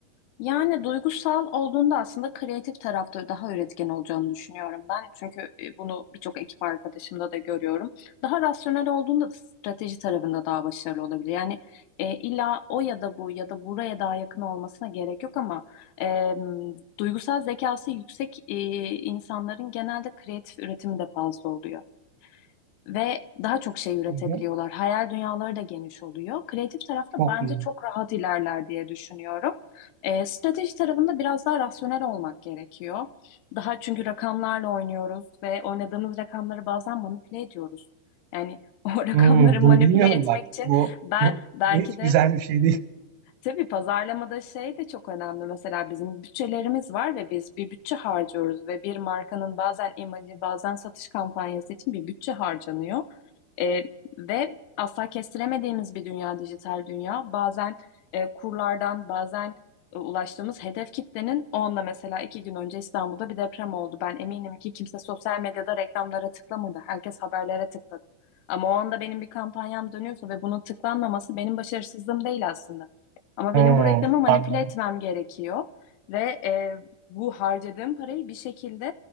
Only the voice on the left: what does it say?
Yani duygusal olduğunda aslında kreatif tarafta daha üretken olacağını düşünüyorum ben. Çünkü e, bunu birçok ekip arkadaşımda da görüyorum. Daha rasyonel olduğunda da strateji tarafında daha başarılı olabilir. Yani e, illa o ya da bu ya da buraya daha yakın olmasına gerek yok ama e, duygusal zekası yüksek e, insanların genelde kreatif üretimi de fazla oluyor ve daha çok şey üretebiliyorlar.
Hayal dünyaları da geniş oluyor. Kreatif tarafta
bence
çok rahat ilerler diye düşünüyorum. Ee, strateji tarafında biraz daha rasyonel olmak gerekiyor. Daha çünkü rakamlarla oynuyoruz ve oynadığımız rakamları bazen manipüle ediyoruz. Yani <laughs> o rakamları
manipüle
etmek
için
ben
belki
de
Tabii pazarlamada şey de çok önemli. Mesela bizim bütçelerimiz var ve biz bir bütçe harcıyoruz ve bir markanın bazen imajı, bazen satış kampanyası için bir bütçe harcanıyor. Ee, ve asla kestiremediğimiz bir dünya, dijital dünya. Bazen e, kurlardan, bazen e, ulaştığımız hedef kitlenin onunla mesela iki gün önce İstanbul'da bir deprem oldu. Ben eminim ki kimse sosyal medyada reklamlara tıklamadı. Herkes haberlere tıkladı. Ama o anda benim bir kampanyam dönüyorsa ve bunun tıklanmaması benim başarısızlığım değil aslında. Ama
benim bu reklamı manipüle
etmem gerekiyor ve e, bu harcadığım parayı bir şekilde